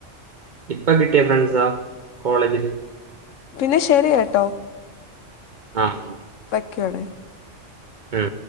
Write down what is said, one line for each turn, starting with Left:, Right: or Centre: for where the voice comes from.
Right: ഇപ്പൊ കിട്ടിയ ഫ്രണ്ട്സാ കോളേജില്
Left: പിന്നെ ശരി കേട്ടോ
Right: ആഹ്
Left: വക്യാണേ
Right: ഉം